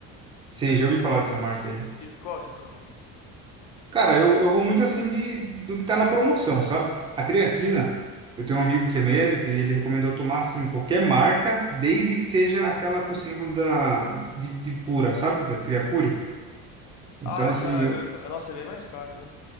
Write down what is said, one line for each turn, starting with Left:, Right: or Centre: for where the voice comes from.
Right: Sei,
Left: Mas
Right: já ouvi
Left: já.
Right: falar dessa marca aí.
Left: Que, qual você toma?
Right: Cara, eu, eu vou muito assim de do que tá na promoção, sabe? A creatina, eu tenho um amigo que é médico e ele recomendou tomar assim qualquer marca, desde que seja aquela com o símbolo da de, de pura, sabe? Da Creapure. Então
Left: Ah,
Right: assim,
Left: já,
Right: eu,
Left: já ouvi falar. Nossa, é bem mais caro, né?